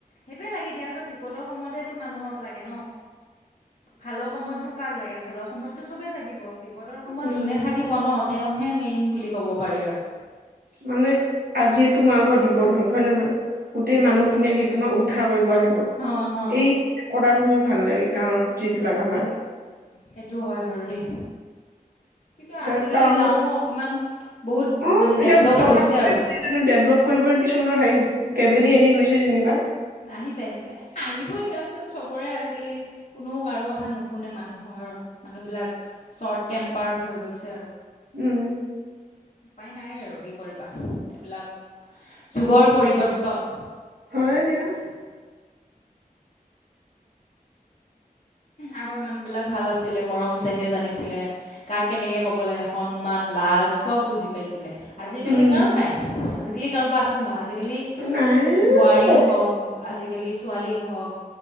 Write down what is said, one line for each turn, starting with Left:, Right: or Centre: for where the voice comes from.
Left: সেইটোৱে লাগে দিয়াচোন বিপদৰ সময়তেটো মানুহক লাগে ন। ভালৰ সময়তনো কাক লাগে ভালৰ সময়তটো চবেই থাকিব। বিপদৰ সময়ত
Right: উম
Left: জোনে থাকিব ন। তেওঁহে মেইন বুলি ক'ব পাৰি আৰু।
Right: মানে আজি তোমাৰ ঘৰত বিপদ হ'ল। হয় নে নয়? গোটেই মানুহখিনিয়ে আহি তোমাক উদ্ধাৰ কৰিব আহিব।
Left: অ হ
Right: এই কদাটো মোৰ ভাল লাগে, গাঁৱৰ যিবি লাগ আমাৰ।
Left: সেটো হয় বাৰু দেই। কিন্তু
Right: এতিয়া
Left: আজিকালি
Right: টাউনত
Left: গাঁৱো অকণমান বহুত
Right: উ
Left: মানে
Right: এতিয়া
Left: ডেভলপ
Right: <unintelligible>
Left: হৈছে আৰু
Right: ডেভলপ কৰিবলৈ কিছুমানৰ হেই কেভেডি আহি গৈছে যেনিবা।
Left: আহিছে, আহিছে আহিবই দিয়াচোন চবৰে আজিকালি কোনো কাৰো কথ থা নুশুনে মানুহৰ। মানুহ বিলাক চৰ্ট টেম্পাৰ্ড হৈ গৈছে আৰু।
Right: উম
Left: উপায় নাই আৰু কি কৰিবা। এইবিলাক যুগৰ পৰিৱৰ্তন
Right: হয় দিয়া। <inaudible> <inaudible>
Left: আগৰ মানুহ বিলাক ভাল আছিলে, মৰম চেনেহ জানিছিলে। কাক কেনেকে ক'ব লাগে, সন্মান লা চব বুজি পাইছিলে, আজিকালি
Right: উম
Left: কাৰো নাই। আজিকালি কাৰোবাৰ আছে জানো আজি আজিকালি
Right: নাই
Left: বোৱাৰী
Right: সৰু
Left: হওক, আজিকালি ছোৱালী হওক